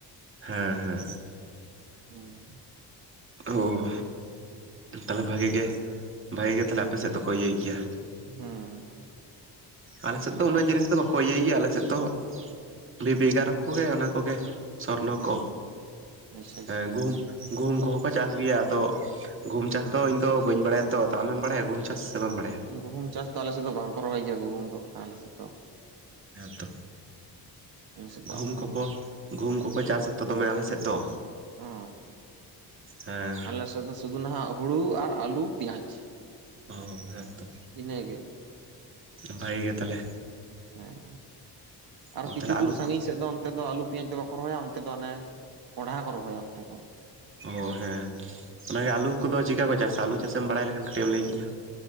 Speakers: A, on the right; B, on the right.
A: ᱦᱮᱸ ᱦᱮᱸ
B: ᱦᱮᱸ
A: ᱚᱳ ᱛᱟᱞᱦᱮ ᱵᱷᱟᱜᱮ ᱜᱮ ᱵᱷᱟᱜᱮ ᱜᱮ ᱛᱟᱞᱦᱮ ᱟᱯᱮ ᱥᱮᱫ ᱫᱚᱠᱚ ᱤᱭᱟᱹᱭ ᱜᱮᱭᱟ᱾
B: ᱦᱮᱸ
A: ᱟᱞᱮ ᱥᱮᱫ ᱫᱚ ᱩᱱᱟᱹᱜ ᱡᱤᱱᱤᱥ ᱫᱚ ᱵᱟᱠᱚ ᱤᱭᱟᱹᱭ ᱜᱮᱭᱟ, ᱟᱞᱮ ᱥᱮᱫ ᱫᱚ ᱵᱷᱤᱵᱤ ᱜᱟᱨᱚ ᱠᱚᱜᱮ ᱚᱱᱟ ᱠᱚᱜᱮ ᱥᱚᱨᱱᱚ
B: ᱦᱩᱸ
A: ᱠᱚ
B: ᱟᱪᱪᱷᱟ ᱟᱪᱪᱷᱟ
A: ᱦᱮᱸ ᱜᱩᱦᱩᱢ ᱜᱩᱦᱩᱢ ᱠᱚᱦᱚᱸ ᱠᱚ ᱪᱟᱥ ᱜᱮᱭᱟ ᱟᱫᱚ ᱜᱩᱦᱩᱢ ᱪᱟᱥ
B: ᱟᱪᱪᱷᱟ
A: ᱫᱚ ᱤᱧ ᱫᱚ
B: ᱟᱪᱪᱷᱟ
A: ᱵᱟᱹᱧ ᱵᱟᱲᱟᱭᱟ ᱛᱚ ᱟᱢᱮᱢ ᱵᱟᱲᱟᱭᱟ ᱜᱩᱦᱩᱢ ᱪᱟᱥ ᱥᱮ ᱵᱟᱢ ᱵᱟᱲᱟᱭᱟ?
B: ᱜᱩᱦᱩᱢ ᱪᱟᱥ ᱫᱚ ᱟᱞᱮ ᱥᱮᱫ ᱫᱚ ᱵᱟᱝ ᱠᱚ ᱨᱚᱦᱚᱭ ᱜᱮᱭᱟ, ᱜᱩᱦᱩᱢ ᱫᱚ ᱠᱷᱟᱱ ᱟᱞᱮ ᱥᱮᱫ ᱫᱚ᱾
A: ᱦᱮᱸᱛᱚ
B: ᱟᱞᱮ ᱥᱮᱫ
A: ᱜᱩᱦᱩᱢ
B: ᱫᱚ ᱠᱷᱟᱱ
A: ᱠᱚᱠᱚ ᱜᱩᱦᱩᱢ ᱠᱚ ᱠᱚ ᱪᱟᱥᱟ ᱛᱚ ᱫᱚᱢᱮ ᱟᱞᱮ ᱥᱮᱫ ᱫᱚ᱾
B: ᱚ
A: ᱦᱮᱸ
B: ᱟᱞᱮ ᱥᱮᱫ ᱫᱚ ᱥᱩᱫᱩ ᱱᱟᱦᱟᱸᱜ ᱦᱩᱲᱩ ᱟᱨ ᱟᱹᱞᱩ ᱯᱮᱸᱭᱟᱡᱽ
A: ᱚ ᱦᱮᱸᱛᱚ᱾
B: ᱤᱱᱟ ᱜᱮ᱾
A: ᱵᱷᱟᱜᱮ ᱜᱮ ᱛᱟᱦᱞᱮ
B: ᱦᱮᱸ ᱟᱨᱦᱚᱸ
A: ᱚ
B: ᱠᱤᱪᱷᱩ
A: ᱛᱟᱦᱚᱞᱮ
B: ᱫᱩᱨ
A: ᱟᱹᱞᱩ
B: ᱥᱟᱺᱜᱤᱧ ᱥᱮᱫ ᱫᱚ ᱚᱱᱛᱮ ᱫᱚ ᱟᱹᱞᱩ ᱯᱮᱸᱭᱟᱡᱽ ᱫᱚ ᱵᱟᱠᱚ ᱨᱚᱦᱚᱭᱟ, ᱚᱱᱛᱮ ᱫᱚ ᱚᱱᱮ ᱠᱚᱸᱰᱷᱟ ᱠᱚ ᱨᱚᱦᱚᱭᱟ ᱚᱱᱛᱮ ᱫᱚ᱾
A: ᱚ ᱦᱮᱸ ᱚᱱᱟᱜᱮ ᱟᱹᱞᱩ ᱠᱚᱫᱚ ᱪᱤᱫᱠᱟ ᱠᱚ ᱪᱟᱥᱟ ᱟᱹᱞᱩ ᱪᱟᱥᱮᱢ ᱵᱟᱲᱟᱭ ᱞᱮᱠᱷᱟᱱ ᱠᱟᱹᱴᱤᱡ ᱮᱢ ᱞᱟᱹᱭ ᱠᱤᱧᱟᱹ᱾